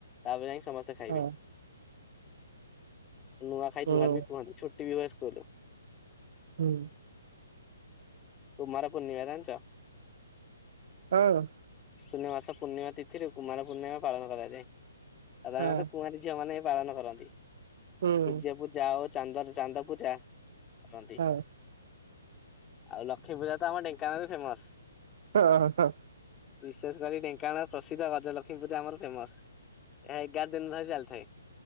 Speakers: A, on the left; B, on the right.
A: ତାପରେ ଯାଇଁକି ସମସ୍ତେ ଖାଇବେ।
B: ହଁ
A: ନୂଆ ଖାଇ
B: ହଁ
A: ଜୁହାର ବି କୁହନ୍ତି ଛୁଟି ବି ହୁଏ ସ୍କୁଲ।
B: ହୁଁ।
A: କୁମାର ପୂର୍ଣ୍ଣିମା ଜାଣିଛ?
B: ହଁ।
A: ଆଶୂନ୍ୟ ମାସ ପୂର୍ଣ୍ଣିମା ତିଥିରେ କୁମାର ପୂର୍ଣ୍ଣିମା ପାଳନ କରାଯାଏ ସାଧାରଣତଃ
B: ହଁ
A: କୁଆଁରୀ ଝିଅମାନୋନ ପାଳନ କରନ୍ତି।
B: ହୁଁ
A: ସୂର୍ଯ୍ୟ ପୂଜା ଆଉ ଚାନ୍ଦରେ ଚାନ୍ଦ ପୂଜା କରନ୍ତି।
B: ହଁ
A: ଆଉ ଲକ୍ଷ୍ମୀ ପୂଜା ତ ଆମ ଢେଙ୍କାନାରେ ଫେମସ।
B: ହଁ ହଁ।
A: ବିଶେଷ କରି ଢେଙ୍କାନାଳ ପ୍ରସିଦ୍ଧ ଗଜଲକ୍ଷ୍ମୀ ପୂଜା ଆମର ଫେମସ। ଏହା ଏଗାର ଦିନ ଧରି ଚାଲି ଥାଏ।